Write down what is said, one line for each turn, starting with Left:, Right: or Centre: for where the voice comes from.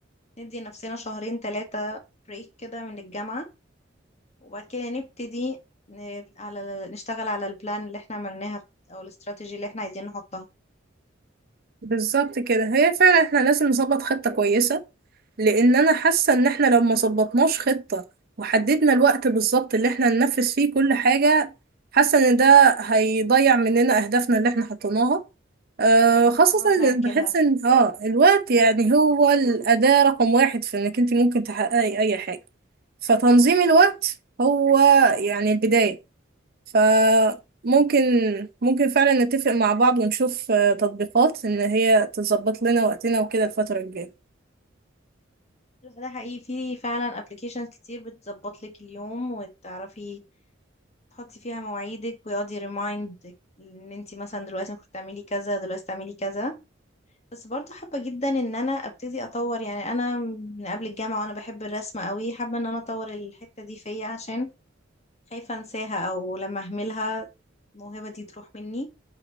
Left: ندي نفسنا شهرين ثلاثة بريك كده من الجامعة وبعد كده نبتدي ن... على نشتغل على البلان اللي احنا عملناها او الاستراتيجي اللي احنا عايزين نحطها
Right: بالظبط كده هي فعلا احنا لازم نظبط خطه كويسه لان انا حاسه ان احنا لو ما ظبطناش خطه وحددنا الوقت بالظبط اللي احنا ننفذ فيه كل حاجه حاسه ان ده هيضيع مننا اهدافنا اللي احنا حطيناها آه خاصه
Left: هنقعد نأجلها
Right: إن بحس ان اه الوقت يعني هو الاداه رقم واحد في انك انت ممكن تحققي اي حاجه فتنظيم الوقت هو يعني البدايه فممكن ممكن فعلا نتفق مع بعض ونشوف آه، تطبيقات ان هي تظبط لنا وقتنا وكده الفتره الجايه
Left: لا، ده حقيقي في فعلا ابلكيشنز كتير بتظبط لك اليوم وتعرفي تحطي فيها مواعيدك ويقعد يريمايند ان انت مثلا دلوقتي المفروض تعملي كذا دلوقتي تعملي كذا بس برضه حابة جدا ان انا ابتدي اطور يعني انا من قبل الجامعة وانا بحب الرسم قوي حابة ان انا اطور الحتة دي فيا عشان خايفة انساها او لما اهملها الموهبة دي تروح مني